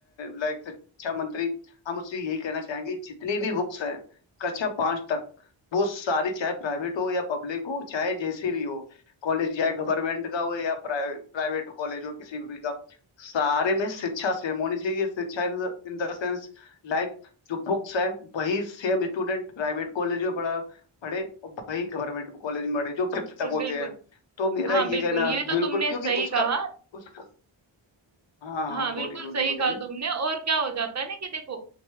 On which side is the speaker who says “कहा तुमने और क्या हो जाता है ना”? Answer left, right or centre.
Right